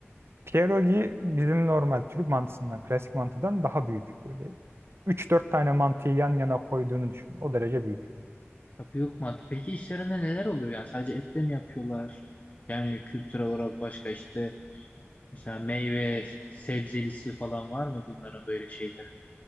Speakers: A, on the right; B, on the left.
A: pierogi bizim normal Türk mantısından, klasik mantıdan daha büyük. Böyle üç dört tane mantıyı yan yana koyduğunu düşün. O derece büyük.
B: Tabii yok mu? Peki işlerinde neler oluyor? Yani sadece etle mi yapıyorlar? Yani kültürel olarak başka işte mesela meyve, sebzelisi falan var mı bunların böyle şeyleri?